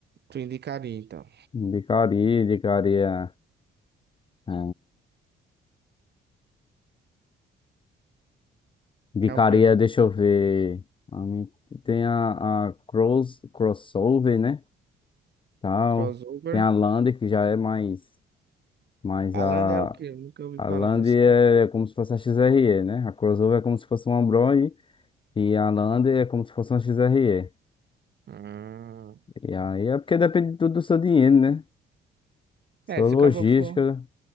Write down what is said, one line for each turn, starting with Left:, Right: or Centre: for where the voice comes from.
Right: Tu indicaria, então.
Left: Indicaria, indicaria. é, Indicaria,
Right: É o quê?
Left: deixa eu ver. a mim- Tem a, a cross, crossover, né? Tal.
Right: Crossover?
Left: Tem a Land, que já é mais. Mas a,
Right: A é o quê? Eu nunca ouvi
Left: a
Right: falar
Left: Land
Right: dessa.
Left: é como se fosse a XRE, né? A crossover é como se fosse uma Bros. E a Land é como se fosse uma XRE.
Right: Hum.
Left: E E aí é porque depende tudo do seu dinheiro, né? Sua
Right: É, se
Left: logística,
Right: o cabo for...